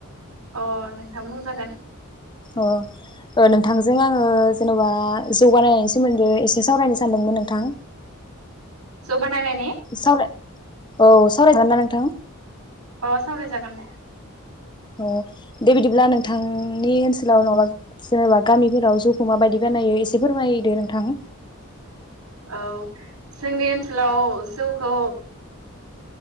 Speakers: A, on the right (about 90°); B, on the left (about 20°).
A: अ नोंथां बुंजागोन
B: अ ओ नोंथांजों आङो जेन'बा जौगानायनि सोमोन्दै एसे सावरायनो सानदोंमोन नोंथां
A: जौगानाय माने?
B: सावराय औ सावरायगोन ना नोंथां?
A: अ सावराय जागोन दे।
B: अ दे बिदिब्ला नोंथांनि ओनसोलाव नङाबा जेनेबा गामिफोराव जौखौ माबायदि बानायो एसे फोरमायदो नोंथां?
A: औ जोंनि ओनसोलाव जौखौ